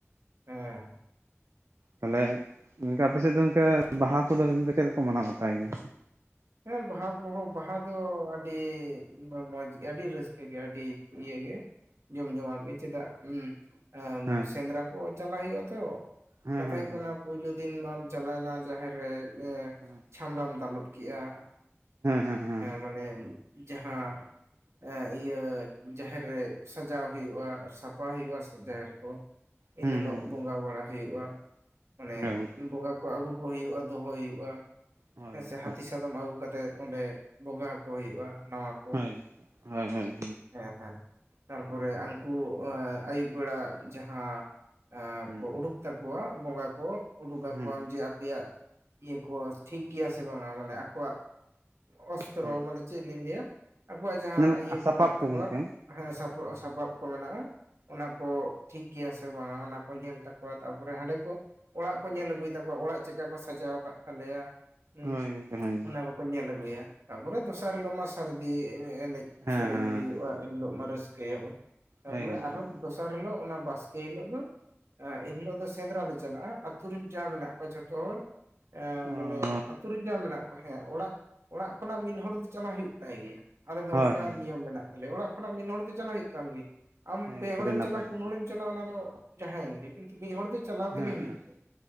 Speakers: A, on the right; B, on the right.
A: ᱦᱮᱸ
B: ᱛᱟᱦᱚᱞᱮ ᱤᱱᱠᱟ ᱟᱯᱮ ᱥᱮᱫ ᱫᱚ ᱤᱱᱠᱟ ᱵᱟᱦᱟ ᱠᱚᱫᱚ ᱪᱮᱫ ᱞᱮᱠᱟ ᱠᱚ ᱢᱟᱱᱟᱣ ᱵᱟᱛᱟᱣ ᱜᱮᱭᱟ?
A: ᱦᱮᱸ ᱵᱟᱦᱟ ᱠᱚᱦᱚᱸ ᱵᱟᱦᱟ ᱫᱚ ᱟᱹᱰᱤ ᱢᱚᱡᱽ ᱜᱮ ᱟᱹᱰᱤ ᱨᱟᱹᱥᱠᱟᱹ ᱜᱮ ᱟᱹᱰᱤ ᱤᱭᱟᱹᱜᱮ ᱡᱚᱢ ᱡᱚᱢᱟᱴ ᱜᱮ ᱪᱮᱫᱟᱜ ᱦᱮᱸ, ᱮᱸ
B: ᱦᱮᱸ
A: ᱥᱮᱸᱫᱽᱨᱟ ᱠᱚ ᱪᱟᱞᱟᱜ ᱦᱩᱭᱩᱜ ᱟ ᱛᱚ
B: ᱦᱮᱸ
A: ᱠᱟᱛᱷᱟ
B: ᱦᱮᱸ
A: ᱦᱩᱭᱩᱜ
B: ᱦᱮᱸ
A: ᱠᱟᱱᱟ ᱯᱩᱭᱞᱩ ᱫᱤᱱ ᱢᱟᱢ ᱪᱟᱞᱟᱣᱱᱟ ᱡᱟᱦᱮᱨ ᱨᱮ
B: ᱦᱮᱸ
A: ᱪᱷᱟᱢᱰᱟᱢ ᱫᱟᱞᱚᱵ ᱠᱮᱜ-ᱟ
B: ᱦᱮᱸ ᱦᱮᱸ
A: ᱢᱟᱱᱮ ᱡᱟᱦᱟᱸ ᱤᱭᱟᱹ ᱡᱟᱦᱮᱨ ᱨᱮ ᱥᱟᱡᱟᱣ ᱦᱩᱭᱩᱜ-ᱟ ᱟᱨ ᱥᱟᱯᱷᱟ ᱦᱩᱭᱩᱜ-ᱟ ᱡᱟᱦᱮᱨ ᱠᱚ᱾ ᱮᱱ
B: ᱦᱮᱸ
A: ᱦᱤᱞᱳᱜ
B: ᱦᱮᱸ
A: ᱵᱚᱸᱜᱟ ᱵᱟᱲᱟ ᱦᱩᱭᱩᱜ-ᱟ ᱢᱟᱱᱮ
B: ᱦᱮᱸ ᱜᱚᱝᱠᱮ
A: ᱵᱚᱸᱜᱟ ᱟᱹᱜᱩ ᱠᱚ ᱦᱩᱭᱩᱜ-ᱟ ᱫᱚᱦᱚ ᱦᱩᱭᱩᱜ-ᱟ
B: ᱦᱳᱭ
A: ᱦᱮᱸ
B: ᱜᱚᱝᱠᱮ
A: ᱥᱮ ᱦᱟᱹᱛᱤ ᱥᱟᱫᱚᱢ ᱟᱹᱜᱩ ᱠᱟᱛᱮᱜ ᱚᱸᱰᱮ ᱵᱚᱸᱜᱟ ᱠᱚ ᱦᱩᱭᱩᱜ-ᱟ ᱱᱟᱣᱟ ᱠᱚ
B: ᱦᱳᱭ ᱦᱳᱭ ᱦᱳᱭ᱾
A: ᱦᱮᱸ ᱦᱮᱸ ᱛᱟᱨᱯᱚᱨᱮ ᱩᱱᱠᱩ ᱟᱹᱭᱩᱵ ᱵᱮᱲᱟ ᱡᱟᱦᱟᱸ ᱮᱸ
B: ᱦᱩᱸ
A: ᱠᱚ ᱩᱰᱩᱠ ᱛᱟᱠᱚᱣᱟ ᱵᱚᱸᱜᱟ ᱠᱚ ᱩᱰᱩᱠ ᱟᱠᱚᱣᱟᱜ
B: ᱦᱩᱸ
A: ᱡᱮ ᱟᱯᱮᱭᱟᱜ ᱤᱭᱟᱹ ᱠᱚ ᱴᱷᱤᱠ ᱜᱮᱭᱟ ᱥᱮ ᱵᱟᱝᱟ ᱢᱟᱱᱮ ᱟᱠᱚᱣᱟᱜ ᱚᱥᱛᱨᱚ
B: ᱦᱩᱸ
A: ᱢᱟᱱᱮ ᱪᱮᱫ ᱞᱤᱧ ᱞᱟᱹᱭᱟ ᱟᱵᱚᱣᱟᱜ ᱡᱟᱦᱟᱸ
B: ᱢᱟᱱᱮ
A: ᱤᱭᱟᱹ ᱠᱚ
B: ᱥᱟᱯᱟᱵ
A: ᱢᱮᱱᱟᱜ ᱛᱟᱠᱚᱣᱟ
B: ᱜᱚᱝᱠᱮ
A: ᱦᱮᱸ ᱥᱟᱯ ᱥᱟᱯᱟᱯ ᱠᱚ ᱢᱮᱱᱟᱜᱼᱟ᱾ ᱚᱱᱟ ᱠᱚ ᱴᱷᱤᱠ ᱜᱮᱭᱟ ᱥᱮ ᱵᱟᱝᱟ ᱚᱱᱟ ᱠᱚ ᱧᱮᱞ ᱛᱟᱠᱚᱣᱟ ᱛᱟᱨᱯᱚᱨᱮ ᱦᱟᱸᱰᱮ ᱠᱚ᱾ ᱚᱲᱟᱜ ᱠᱚ ᱧᱮᱞ ᱟᱹᱜᱩᱭ ᱛᱟᱠᱚᱣᱟ ᱚᱲᱟᱜ ᱪᱮᱫᱠᱟ ᱠᱚ ᱥᱟᱡᱟᱣ ᱟᱠᱟᱫ ᱛᱟᱞᱮᱭᱟ᱾ ᱦᱮᱸ
B: ᱦᱳᱭ ᱜᱚᱝᱠᱮ ᱦᱳᱭ
A: ᱚᱱᱟ ᱠᱚᱠᱚ ᱧᱮᱞ ᱟᱹᱜᱩᱭᱟ ᱛᱟᱯᱚᱨᱮ ᱫᱚᱥᱟᱨ ᱦᱤᱞᱚᱜ ᱢᱟ᱾ ᱥᱟᱹᱨᱫᱤ ᱮᱱᱮᱡ
B: ᱦᱮᱸ
A: ᱥᱮᱨᱮᱧ
B: ᱦᱮᱸ
A: ᱦᱩᱭᱩᱜᱼᱟ᱾
B: ᱦᱮᱸ
A: ᱦᱤᱞᱚᱜ ᱢᱟ ᱨᱟᱹᱥᱠᱟᱹᱭᱟᱵᱚᱱ ᱛᱟᱨᱯᱚᱨᱮ
B: ᱦᱮᱸ ᱜᱚᱝᱠᱮ
A: ᱟᱨᱦᱚᱸ
B: ᱮᱠᱫᱚᱢ
A: ᱫᱚᱥᱟᱨ ᱦᱤᱞᱳᱜ ᱚᱱᱟ ᱵᱟᱥᱠᱮ ᱦᱤᱞᱳᱜ ᱢᱟ᱾ ᱮᱱ ᱦᱤᱞᱳᱜ ᱫᱚ ᱥᱮᱸᱫᱽᱨᱟ ᱞᱮ ᱪᱟᱞᱟᱜᱼᱟ ᱟᱹᱛᱩ ᱨᱮᱱ ᱡᱟ ᱢᱮᱱᱟᱜ ᱠᱚᱣᱟ ᱡᱷᱚᱛᱚ ᱦᱚᱲ ᱮ
B: ᱚ
A: ᱢᱟᱱᱮ ᱟᱹᱛᱩ ᱨᱮᱱ ᱡᱟ ᱢᱮᱱᱟᱜ ᱠᱚᱣᱟ ᱦᱮᱸ ᱚᱲᱟᱜ ᱚᱲᱟᱜ ᱠᱷᱚᱱᱟᱜ ᱢᱤᱫ ᱦᱚᱲ ᱫᱚ ᱪᱟᱞᱟᱜ ᱦᱩᱭᱩ ᱛᱟᱭ ᱜᱮᱭᱟ᱾ ᱟᱞᱮ ᱫᱚ
B: ᱦᱳᱭ
A: ᱚᱱᱠᱟ
B: ᱦᱳᱭ
A: ᱱᱤᱭᱚᱢ ᱢᱮᱱᱟᱜ ᱛᱟᱞᱮᱭᱟ ᱚᱲᱟᱜ ᱠᱷᱚᱱᱟᱜ ᱢᱤᱫ ᱦᱚᱲ ᱫᱚ ᱪᱟᱞᱟᱜ ᱦᱩᱭᱩᱜ ᱛᱟᱢ ᱜᱮᱭᱟ ᱟᱢ
B: ᱦᱮᱸ
A: ᱯᱮ ᱦᱚᱲᱮᱢ
B: ᱟᱹᱰᱤ ᱱᱟᱯᱟᱭ
A: ᱪᱟᱞᱟᱜᱼᱟ
B: ᱠᱟᱛᱷᱟ
A: ᱯᱩᱱ ᱦᱚᱲᱮ
B: ᱦᱮᱸ
A: ᱪᱟᱞᱟᱣ ᱚᱱᱟ ᱫᱚ ᱡᱟᱦᱟᱸᱭᱮᱱ ᱜᱮ ᱠᱤᱱᱛᱩ ᱢᱤᱫ ᱦᱚᱲ ᱫᱚ ᱪᱟᱞᱟᱣ ᱛᱮᱜᱮ
B: ᱦᱮᱸ
A: ᱦᱩᱭᱩᱜ ᱛᱟᱭᱟ